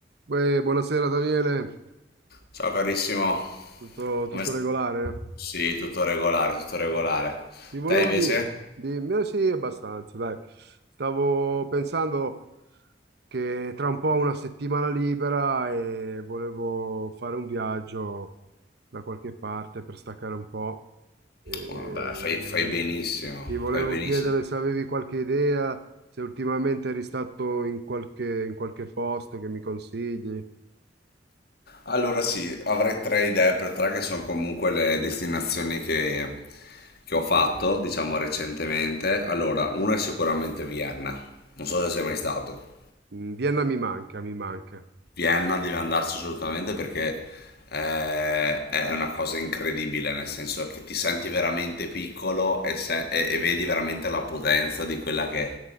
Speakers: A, on the right (about 60°); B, on the left (about 55°).
A: Beh, buonasera Daniele,
B: Ciao carissimo,
A: tutto, tutto
B: come st-
A: regolare?
B: Sì, tutto regolare, tutto regolare.
A: Mm. Ti volevo
B: Te invece?
A: dire, di me sì, abbastanza, dai. Stavo pensando che tra un po' una settimana libera e volevo fare un viaggio da qualche parte per staccare un po'. E
B: Vabbè, fai, fai benissimo,
A: ti volevo
B: fai benissimo.
A: chiedere se avevi qualche idea, se ultimamente eri stato in qualche, in qualche posto che mi consigli.
B: Allora sì, avrei tre idee per tre che sono comunque le destinazioni che, che ho fatto, diciamo recentemente. Allora, una è sicuramente Vienna, non so se sei mai stato.
A: Mm, Vienna mi manca, mi manca.
B: Vienna deve andarsi assolutamente perché eh, è una cosa incredibile, nel senso che ti senti veramente piccolo e, se- e- e vedi veramente la potenza di quella che,